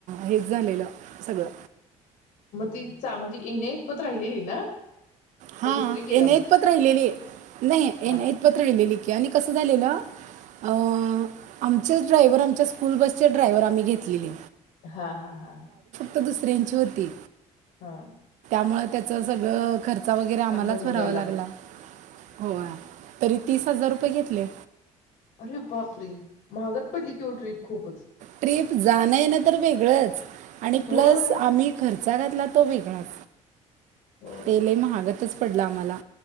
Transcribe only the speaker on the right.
हेच झालेलं सगळं.
हा
येन्या
इतपर राहिलेली. आहे नाही येण्याइतपत
राहिलेली की आणि कसं झालेलं? अं आमचेच ड्रायवर आमच्या स्कूल बसचे ड्रायवर आम्ही घेतलेले.
क्त दुसऱ्यांची होती.
म त्याचं सगळं ख चा वगैरे आम्हालाच
भरावा
लागला! होय, तरी तीस हजार रुपये घेतले.
ट्रिप जाणं येणं तर वेगळंच आणि
प्लस आम्ही खर चा घातला तो वेगळाच.
ते लई महागतच पडलं आम्हाला.